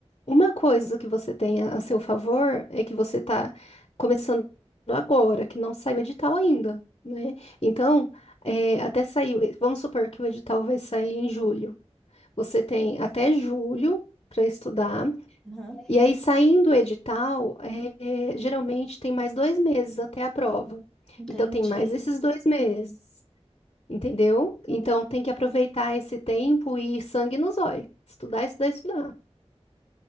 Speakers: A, on the left; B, in the centre.
A: uma coisa que você tem a a seu favor é que você está começando agora, que não saiu o edital ainda, né? Então, é, até sair, o vamos supor que o edital vai sair em julho. Você tem até julho para estudar,
B: Uhum.
A: e aí saindo o edital, é, é, geralmente tem mais dois meses até a prova.
B: Entendi.
A: Então, tem mais esses dois meses, entendeu?
B: Entendi.
A: Então, tem que aproveitar esse tempo e sangue nos olhos, estudar, estudar, estudar.